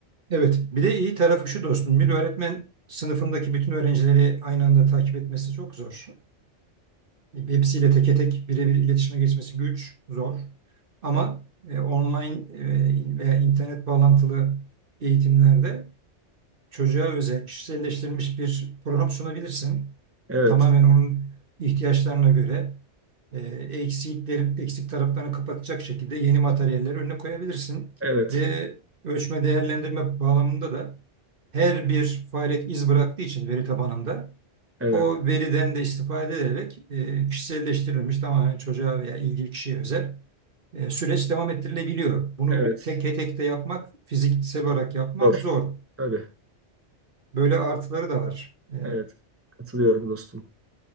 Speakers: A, on the right (about 50°); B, on the right (about 15°).
A: Evet, bir de iyi tarafı şu dostum. Bir öğretmen sınıfındaki bütün öğrencileri aynı anda takip etmesi çok zor. Ee, hepsiyle teke tek birebir iletişime geçmesi güç, zor. Ama e, online e, veya internet bağlantılı eğitimlerde çocuğa özel, kişiselleştirilmiş bir program sunabilirsin.
B: Evet.
A: Tamamen onun ihtiyaçlarına göre e, eksiklerin, eksik taraflarını kapatacak şekilde yeni materyalleri önüne koyabilirsin.
B: Evet.
A: Ve ölçme değerlendirme bağlamında da her bir faaliyet iz bıraktığı için veri tabanında
B: Evet.
A: o veriden de istifade ederek e, kişiselleştirilmiş tamamen çocuğa veya ilgili kişiye özel e, süreç devam ettirilebiliyor. Bunu
B: Evet.
A: tek tek de yapmak, fiziksel olarak yapmak
B: Doğru.
A: zor.
B: Tabii.
A: Böyle artıları da var. E,
B: Evet. Katılıyorum dostum.